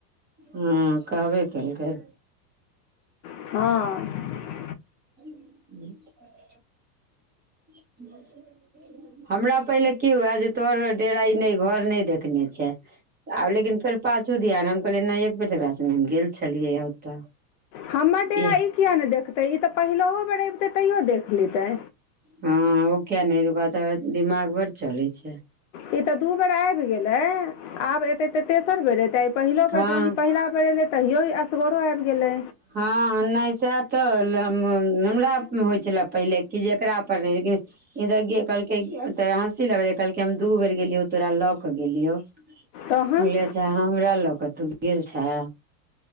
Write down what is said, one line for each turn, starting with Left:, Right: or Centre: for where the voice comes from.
Right: हँ कहबे केलकै।
Left: हँ।
Right: <unintelligible> <inaudible> हमरा पहिले की हुए जे तोहर डेरा ई नय घर नय देखने छै, आब लेकिन फेर पाछू धियान हम कहलियै नय एक बेर तकरा संगे हम गेल छलियै ओतऽ।
Left: हमर डेरा
Right: इएह
Left: ईए नय देखतै ई तऽ पहिलहो बेर अबितै तैयो देख लेतै
Right: हँ ओ किया नय ओकरा तऽ दिमाग बड़ चलैत छै
Left: ई ते दू बेर आबि गेले आब एते ते तेसर बेर एते आ पहिलो
Right: हँ
Left: बेर ज पहिला पै तैयो असगरो आबि गेलै
Right: हँ नै सा तऽ हमरा होइ छलै पहिले कि जे एकरा परर नय लेकिन, इधर ग कहल हँसी लगले कहलक हम दू बेर गेलियो तोरा ल के गेलियो।
Left: तहन
Right: होले छ हमरा ल क तू गेल छह।